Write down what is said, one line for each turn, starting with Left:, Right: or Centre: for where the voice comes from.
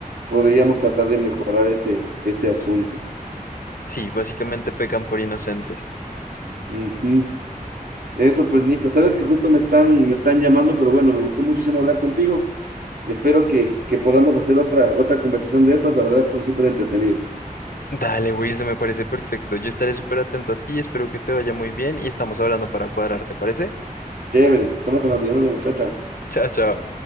Right: podríamos tratar de mejorar ese, ese asunto.
Left: Sí, básicamente pecan por inocentes.
Right: Ujú. Eso pues, Nico, sabes que justo me están, me están llamando, pero bueno, me gustó muchísimo hablar contigo. Espero que, que podamos hacer otra, otra conversación de estas. La verdad, están súper entretenidas.
Left: Dale, Wilson, me parece perfecto. Yo estaré súper atento a ti, espero que te vaya muy bien y estamos hablando para cuadrar, ¿te parece?
Right: Chévere, estamos hablando, ya nos vemos, chao, chao.
Left: Chao, chao.